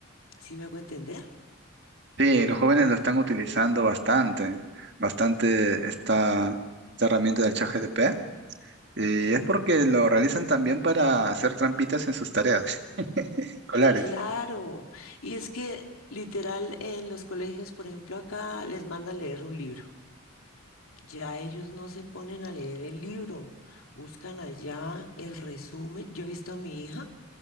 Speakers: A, on the left (about 85°); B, on the right (about 55°).
A: ¿Sí me hago entender?
B: sí, los jóvenes la están utilizando bastante, bastante esta, esta herramienta del ChatGPT y es porque lo realizan también para hacer trampitas en sus tareas escolares.
A: Claro. Y es que literal en los colegios, por ejemplo, acá les mandan leer un libro. Ya ellos no se ponen a leer el libro, buscan allá el resumen. Yo he visto a mi hija.